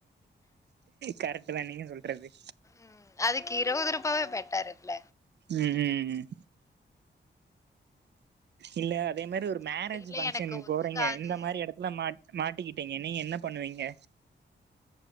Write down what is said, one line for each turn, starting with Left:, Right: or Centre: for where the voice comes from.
Right: கரெக்ட்டுதா நீங்க சொல்றது.
Left: ம் அதுக்கு இரவதுருபாவே பெட்டர் இல்ல.
Right: ம் ம் ம் ம். இல்ல அதே மாரி ஒரு மேரேஜு
Left: அப்டி இல்ல
Right: பங்க்ஷன்கு
Left: எனக்கு ஒத்துக்காது
Right: போறீங்க இந்த மாரி எடத்துல மாட் மாட்டிக்கிட்டீங்க நீங்க என்ன பண்ணுவீங்க?